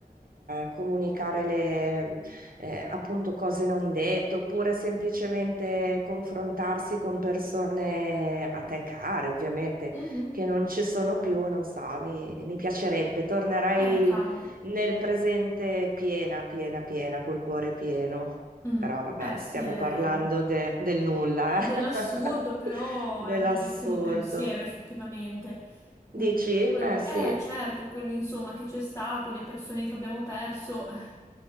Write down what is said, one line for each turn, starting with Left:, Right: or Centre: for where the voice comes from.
Right: eh, comunicare le eh, appunto cose non dette oppure semplicemente confrontarsi con persone a te care, ovviamente,
Left: mhm.
Right: che non ci sono più, non so, mi, mi piacerebbe, tornerei
Left: Eh, cavolo.
Right: nel presente piena, piena, piena, col cuore pieno.
Left: Mm.
Right: Però vabbè,
Left: Eh sì,
Right: stiamo
Left: è
Right: parlando de- del nulla,
Left: dell'assurdo,
Right: eh? <laughs>
Left: però
Right: Dell'assurdo.
Left: è un bellissimo pensiero, effettivamente.
Right: Dici?
Left: Mm, quello-
Right: Eh sì,
Left: Eh, certo, quello insomma che c'è stato, le persone che abbiamo perso, <laughs> eh,